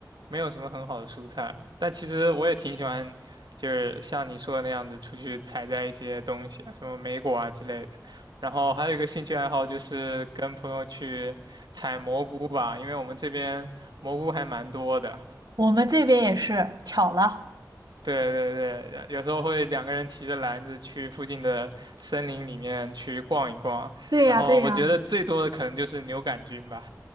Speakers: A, on the right (about 85°); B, on the right (about 70°).
A: 没有什么很好的蔬菜，但其实我也挺喜欢，就是像你说的那样子，出去采摘一些东西啊，什么莓果啊之类的。然后还有一个兴趣爱好就是跟朋友去采蘑菇吧，因为我们这边蘑菇还蛮多的。
B: 我们这边也是巧了。
A: 对对对，有时候会两个人提着篮子去附近的森林里面去逛一逛，
B: 对呀，
A: 然后我觉得最多的可能就是牛肝菌吧。
B: 对呀。